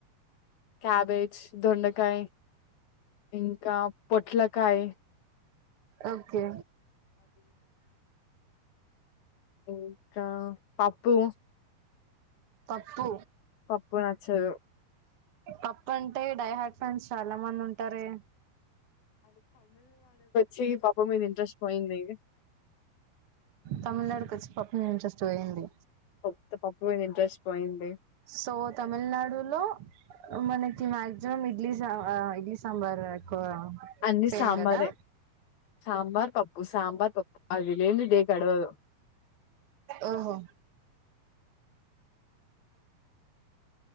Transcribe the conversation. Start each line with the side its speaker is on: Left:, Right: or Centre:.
Left: క్యాబేజ్ దొండకాయ్ ఇంకా పొట్లకాయ్
Right: ఓకే
Left: ఇంకా పాప్ పూ
Right: పప్పు
Left: పప్పు నచ్చదు
Right: పప్పు అంటే డైహాట్ ఫండ్స్ చాలా మంది ఉంటారే
Left: చీ పప్పు మీద ఇంట్రెస్ట్ పోయిందే ఇగ
Right: తమిళనాడుకి వచ్చి పప్పు మీద ఇంట్రెస్ట్ పోయింది
Left: ప్పు పప్పు మీద ఇంట్రెస్ట్ పోయింది
Right: సో తమిళనాడులో మనకి మ్యాక్సిమమ్ ఇడ్లీ సా ఆ ఇడ్లీ సాంబార్ ఎక్కువ
Left: అన్నిీ
Right: సేమ్
Left: సాంబారే
Right: కదా
Left: సాంబార్ పప్పు సాంబార్ పప్పు అది లేంది డే గడవదు
Right: ఓహో